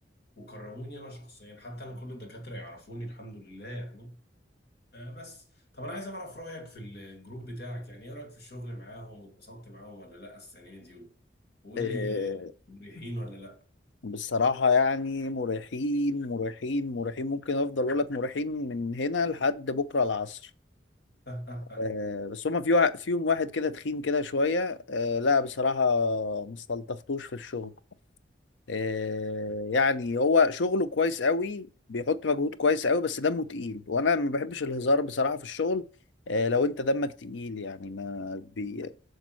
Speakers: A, on the left; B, on the left.
A: وكرموني انا شخصيا حتى انا كل الدكاترة يعرفوني الحمد لله يعني آه، بس طب انا عايز اعرف رايك في الجروب بتاعك يعني ايه رايك في الشغل معاهم واتبسطت معاهم ولا لا السنه دي و- وقول
B: آه،
A: لي آه، مريحين ولا لا
B: بصراحة يعني مريحين مريحين مريحين ممكن أفضل أقول لك مريحين من هنا لحد بكرة العصر
A: <laughs>
B: آه، بس هما في وا- فيهم واحد كده تخين كده شوية آه، لا بصراحة ما استلطفتوش في الشغل آه، يعني هو شغله كويس قوي بيحط مجهود كويس قوي بس دمه تقيل وانا ما بحبش الهزار بصراحة في الشغل آه، لو انت دمك تقيل يعني ما بي